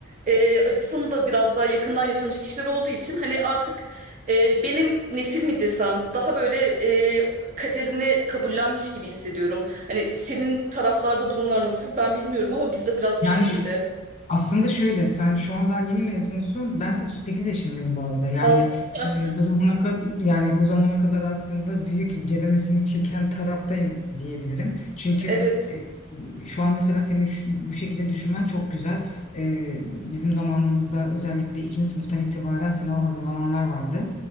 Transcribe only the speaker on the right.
e, acısını da biraz daha yakından yaşamış kişiler olduğu için hani artık e, benim nesil mi desem daha böyle kaderini kabullenmiş gibi hissediyorum. Hani senin taraflarda durumlar nasıl ben bilmiyorum ama bizde biraz bu
şekilde.
Aa, <laughs>
evet.